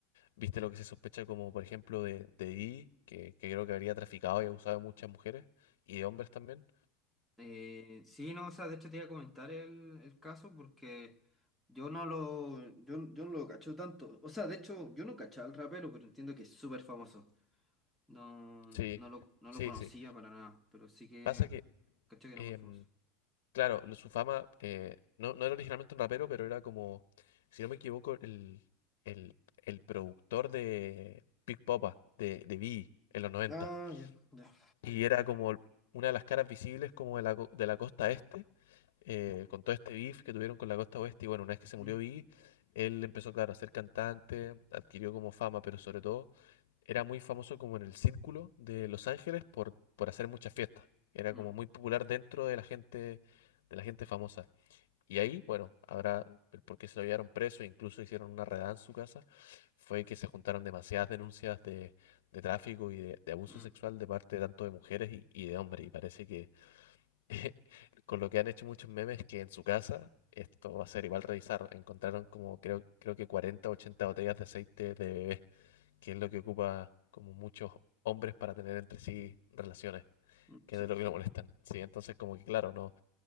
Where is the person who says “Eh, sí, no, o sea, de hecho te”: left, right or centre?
Centre